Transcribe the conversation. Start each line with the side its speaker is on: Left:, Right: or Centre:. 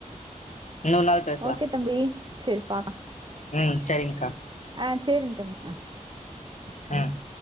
Left: இன்னோர் நாள் பேசலா
Right: ஓகே தம்பி சேரி பா
Left: ம் சேரிங்க்கா
Right: ஆ சேரிங் தம்பி ஆ
Left: ம்